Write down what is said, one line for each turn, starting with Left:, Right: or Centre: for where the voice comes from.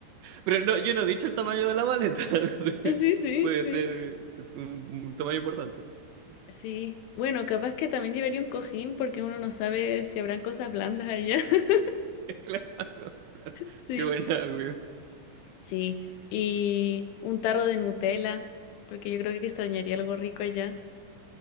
Right: Pero no, yo no he dicho el tamaño de la maleta. <laughs> no sé,
Left: Sí, sí,
Right: Puede
Left: sí.
Right: ser un, un tamaño importante.
Left: Sí. Bueno, capaz que también llevaría un cojín porque uno no sabe si habrán cosas blandas allá. <laughs>
Right: <laughs> Claro, claro.
Left: Sí,
Right: Qué buena, güey.
Left: sí. Y un tarro de Nutella, porque yo creo que extrañaría algo rico allá.